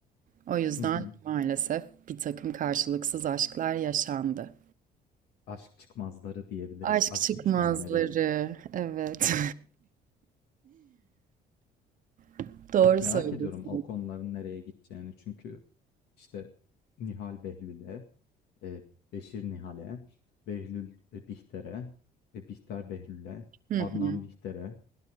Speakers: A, on the right (about 50°); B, on the left (about 75°).
A: O yüzden
B: Hı hı.
A: maalesef bir takım karşılıksız aşklar yaşandı.
B: Aşk çıkmazları diyebiliriz,
A: Aşk
B: aşk
A: çıkmazları,
B: üçgenleri.
A: evet. <laughs> Doğru
B: Merak
A: söylüyorsun.
B: ediyorum o konuların nereye gideceğini. Çünkü işte Nihal Behlül'e, e, Beşir Nihal'e, Behlül e, Bihter'e, e, Bihter Behlül'e,
A: Hı
B: Adnan
A: hı.
B: Bihter'e